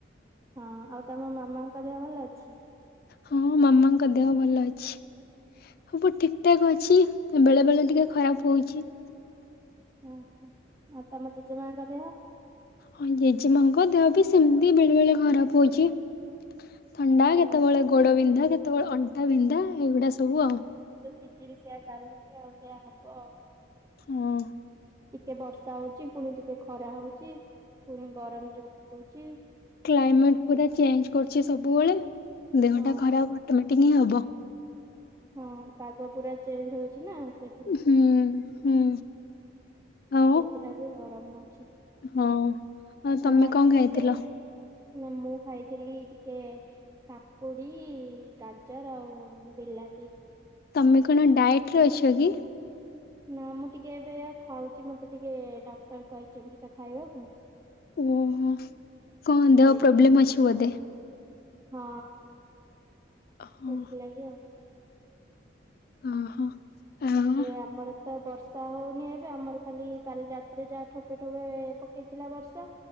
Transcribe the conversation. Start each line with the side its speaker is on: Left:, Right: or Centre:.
Right: ହଁ ଆଉ ତମ ମାମାଙ୍କ ଦେହ ଭଲ ଅଛି?
Left: ହଁ ମାମାଙ୍କ ଦେହ ଭଲ ଅଛି। ସବୁ ଠିକ୍ ଠାକ୍ ଅଛି ବେଳେବେଳେ ଟିକେ ଖରାପ୍ ହଉଛି।
Right: ଉଁ ହୁଁ ଆଉ ତମ ଜେଜେମାଙ୍କ ଦେହ?
Left: ହଁ ଜେଜେମାଙ୍କ ଦେହ ବି ସେମିତି ବେଳେ ବେଳେ ଖରାପ୍ ହଉଛି। ଥଣ୍ଡା
Right: ହଁ
Left: କେତେବେଳେ ଗୋଡ ବିନ୍ଧା କେତେବେଳେ ଅଣ୍ଟା ବିନ୍ଧା ଏଇଗୁଡା ସବୁ ଆଉ।
Right: ସେ ତ ସିିଜିନ ସେୟା ଚାଲିଛି ଆଉ ସେଇଆ ହବ ଆଉ।
Left: ହଁ
Right: ଟିକେ ବର୍ଷା ହଉଛି ପୁଣି ଟିକେ ଖରା ହଉଛି ପୁଣି ଗରମ ଜୋରରେ ବି ହଉଛି।
Left: କ୍ଲାଇମେଟ୍ ପୁରା ଚେଞ୍ଜ୍ କରୁଛି ସବୁବେଳେ ଦେହଟା
Right: ହଁ
Left: ଖରାପ୍ ଅଟୋମେଟିକ୍ ହିଁ ହବ।
Right: ହଁ ପାଗ ପୁରା ଚେଞ୍ଜ୍ ହଉଛି ନା ସେ
Left: ହୁଁ ହୁଁ। ଆଉ
Right: ସେଇଥିଲାଗି ଗରମ ହଉଛି।
Left: ହଁ ଆଉ ତମେ
Right: ଆମ ଏଠି
Left: କଣ
Right: ବି
Left: ଖାଇଥିଲ?
Right: ସେଇ ନା ମୁଁ ଖାଇଥିଲି ଟିକେ କାକୁଡ଼ି ଗାଜର ଆଉ ବିଲାତି।
Left: ତମେ କଣ ଡାଏଟ୍ ରେ ଅଛ କି?
Right: ନାଁ ମୁଁ ଟିକେ ଏବେ ଖାଉଛି ମତେ ଟିକେ ଡାକ୍ଟର କହିଛନ୍ତି ତ ଖାଇବାକୁ।
Left: ଓହୋ କଣ
Right: ସେଇଥି
Left: ଦେହ ପ୍ରୋବ୍ଲେମ୍ ଅଛି ବୋଧେ?
Right: ହଁ।
Left: ଓହୋ
Right: ସେଥିଲାଗି ଆଉ।
Left: ଓହୋ ଆଉ?
Right: ଆମର ତ ବର୍ଷା ହଉନି ଏବେ ଆମର ଖାଲି କାଲି ରାତିରେ ଯାହା ଠୋପେ ଠୋପେ ପକେଇଥିଲା ବର୍ଷା